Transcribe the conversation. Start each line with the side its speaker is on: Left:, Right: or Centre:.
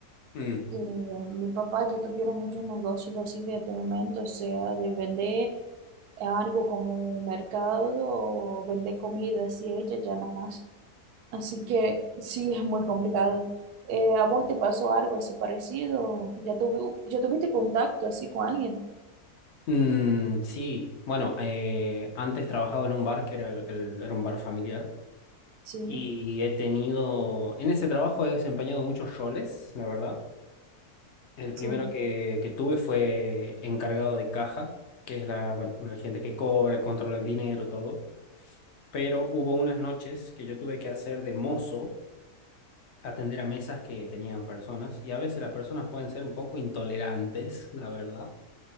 Left: Mm.
Right: Y, eh, mi papá ya tuvieron muchos negocios así de atendimiento, o sea, de vender algo como un mercado o vender comida así hecha, ya nada más. Así que sí, es muy complicado. Eh, ¿a vos te pasó algo así parecido? ¿Ya tuvi- ya tuviste contacto así con alguien?
Left: Mm, sí, bueno, eh, antes trabajaba en un bar que era, el- el- era un bar familiar
Right: Sí,
Left: y he tenido, en ese trabajo he desempeñado muchos roles, la verdad. El primero
Right: sí.
Left: que, que tuve fue encargado de caja, que es la, bueno, la gente que cobra, controla el dinero, todo. Pero hubo unas noches que yo tuve que hacer de mozo atender a mesas que tenían personas y a veces las personas pueden ser un poco intolerantes, la verdad.